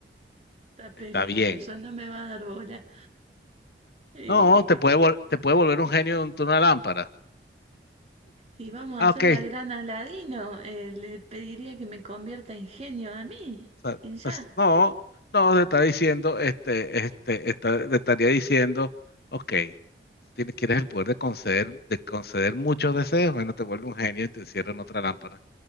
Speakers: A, on the right; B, on the left.
A: está peligroso,
B: está bien.
A: no me va a dar bola. Eh,
B: No, te puede, vol- te puede volver un genio de un- de una lámpara.
A: Y vamos a
B: Ah,
A: hacer
B: ok.
A: la gran Aladino. eh, le pediría que me convierta en genio a mí.
B: O sea,
A: Y ya,
B: pues, no, no, te está diciendo, este, este, está- te estaría diciendo, ok, tienes, quieres el poder de conceder, de conceder muchos deseos, bueno, te vuelve un genio y te encierra en otra lámpara.